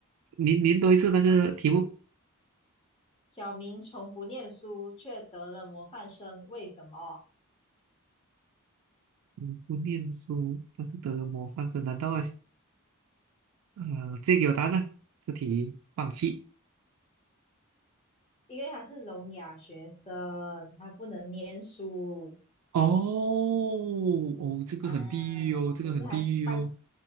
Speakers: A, on the right (about 85°); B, on the left (about 25°).
A: 您您多一次那个题目，
B: 小明从不念书，却得了模范生，为什么？
A: 嗯不念书，但是得了模范生，难道啊，啊，这给我答案呢？这题放弃。
B: 因为他是聋哑学生，他不能念书
A: 哦哦，这个很地狱哦，
B: 啊。
A: 这个很地狱哦。
B: 只是他他